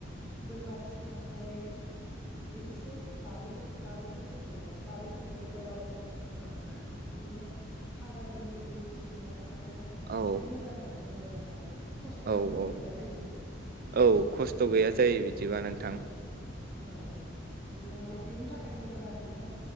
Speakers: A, in the centre; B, on the right.
A: बोरमा फिसिनो थाखाय एसे बारि बारि दं ओ बारि नांगोन जायाव ओ बिदिनो हाग्रा गोरलै गोरलै खिनाय आरो
B: औ
A: एसे मोजां आ जायो आरोना खस्थ'
B: औ
A: गैया
B: औ
A: जायो ।
B: औ खस्थ' गैया जायो बिदिबा नोंथां ।
A: औ औ बिदिनो इयुनि थाखाय मोजां आरोना